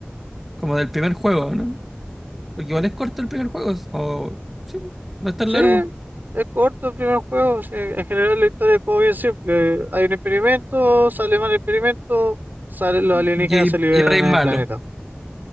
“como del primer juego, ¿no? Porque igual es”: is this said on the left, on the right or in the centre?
Centre